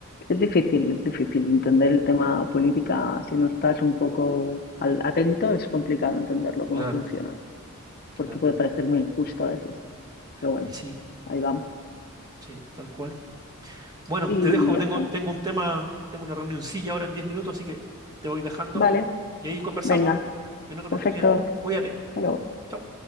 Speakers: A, on the left; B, on the right.
A: es difícil, es difícil entender el tema política. Si no estás un poco al- atento, es complicado entenderlo, cómo
B: claro,
A: funciona,
B: claro.
A: porque puede parecer muy injusto a veces. Pero bueno,
B: Y sí,
A: ahí vamos.
B: sí, tal cual. Bueno,
A: Y
B: te dejo,
A: ya
B: tengo,
A: está.
B: tengo un tema, tengo una reunioncilla ahora en 10 minutos, así que te voy dejando
A: Vale,
B: y ahí conversamos
A: venga.
B: en otra oportunidad.
A: Perfecto.
B: Cuídate.
A: Hasta luego.
B: Chao.